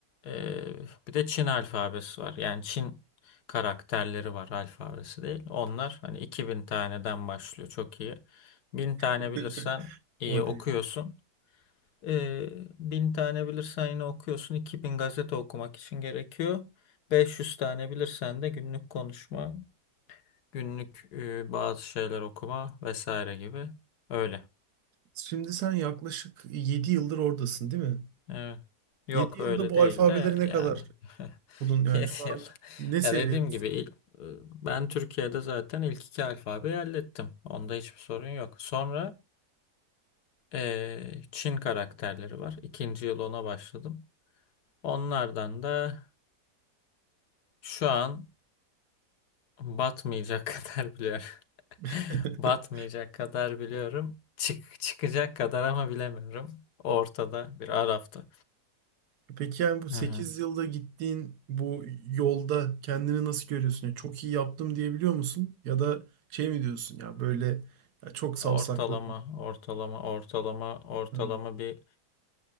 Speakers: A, on the left; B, on the right.
A: eee, bir de Çin alfabesi var. Yani Çin karakterleri var alfabesi değil. Onlar hani 2000 taneden başlıyor çok iyi. 1000 tane
B: <laughs>
A: bilirsen iyi
B: O ne
A: okuyorsun.
B: ya?
A: Eee 1000 tane bilirsen yine okuyorsun. 2000 gazete okumak için gerekiyor. 500 tane bilirsen de günlük konuşma, günlük eee, bazı şeyler okuma vesaire gibi. Öyle.
B: Şimdi sen yaklaşık 7 yıldır oradasın değil mi?
A: Evet. Yok
B: 7 yılda
A: öyle
B: bu
A: değil
B: alfabeleri
A: de
B: ne kadar
A: yani <laughs>
B: buldun yani
A: 7
B: şu an
A: yıl.
B: ne seviyedesin?
A: Ya dediğim gibi il- e, ben Türkiye'de zaten ilk iki alfabeyi hallettim. Onda hiçbir sorun yok. Sonra eee, Çin karakterleri var. İkinci yıl ona başladım. Onlardan da şu an batmayacak <laughs> kadar biliyorum.
B: <laughs>
A: <laughs> Batmayacak kadar biliyorum. Çık, çıkacak kadar ama bilemiyorum. Ortada bir arafta.
B: Peki yani bu sekiz
A: Hı hı.
B: yılda gittiğin bu yolda kendini nasıl görüyorsun? Yani çok iyi yaptım diyebiliyor musun? Ya da şey mi diyorsun ya böyle ya çok savsakladım.
A: Ortalama, ortalama, ortalama, ortalama
B: Ha,
A: bir